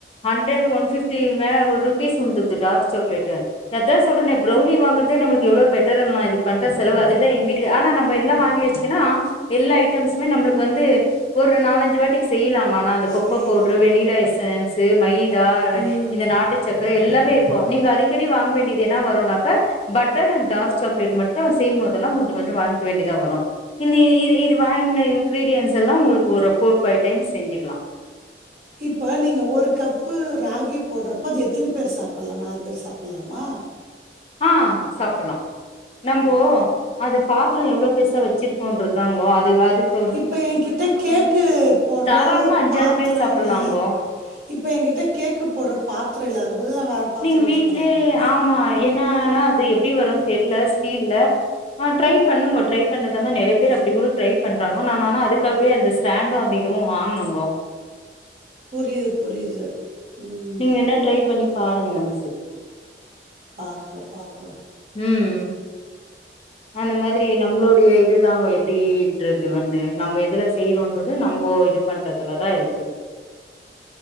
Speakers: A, on the left (about 35°); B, on the right (about 50°).
A: ஹண்டர்ட் ஒன் ஃபிஃப் டி மே ஒரு பீஸ் வந்துது டார்க் சாக்லேட்டு அத சொல்றேனே ப்ரௌனி வாங்கறதே நம்மளுக்கு எவ்ளோ பெட்டர்ன்லா இது பண்ற செலவு அதுக்குதா எங்க வீட் ட்டு ஆனா நம்ம எல்லா வாங்கி வச்சிகன்னா எல்லா ஐட்டம்ஸ்மே நம்மளுக்கு வந்து ஒரு நாலஞ்சி வாட்டி செய்லாங்க ஆனா அந்த கொக்கோ
B: செய்யலா
A: பவுட்ரு வெண்ணிலா எசன்ஸ்சு மைதா
B: ம்
A: இந்த நாட்டு சக்கரை எல்லாமே இருக்கு நீங்க அடிக்கடி வாங்க வேண்டியது என்ன வரும்னாக்கா பட்டர் அண் டார்க் சாக்லேட் மட்டு செய்யும் பொதெல்லா கொஞ்சோ கொஞ்சோ வாங்கி வேண்டிதா வரும் இ இது இது வாங்கின இன்கிரீடியன்ஸெல்லா உங்களுக்கு ஒரு ஃபோர் பைவ் டைம்ஸ் செஞ்சிகலா
B: இப்ப நீங்க ஒரு கப்பு ராகி போடுறப்ப அது எத்தன பேர் சாப்பில்லா நாலு பேர் சாப்பில்லாமா
A: ஆ சாப்புல்லா நம்போ
B: ஓ
A: அது பாத்தரோ எவ்ளோ பெருசா வச்சிருக்கோன்றது தாங்கோ அது அதுக்
B: இப்போ எங்கிட்ட கேக்கு போடுற
A: தாராளமா அஞ்சாறு
B: பாத்தரோ
A: பேர் சாப்பலாங்கோ
B: இல்ல இப்போ எங்கிட்ட கேக்கு போடுற பாத்தரோ இல்ல அதுக் பதிலா வேற பாத்திரம்
A: நீங்க
B: யூஸ்
A: வீட்லயே
B: பண்ணலாங்களா
A: ஆமா என்னான்னா அது எப்டி வரு தெர்ல ஸ்டில்ல ஆ ட்ரை பண்ணுங்கோ ட்ரை பண்ணதாங்கோ நறைய பேர் அப்டி கூட ட்ரை பண்றாங்க நா ஆனா அதுக்காகவே அந்த ஸ்டாண்டு அந்த இதுவு வாங்கனங்கோ
B: புரியுது புரியுது ம்
A: நீங்க வேணா ட்ரை பண்ணி பாருங்க ஒன்ஸு
B: பாக்கறே பாக்லா
A: ம் அந்த மாதிரி நம்மளுடைய இதுதாங்க எப்டின்றது இது வந்து நம்ம இதுல செய்றோன்றது நம்ம இது பண்றதுலதாருக்கு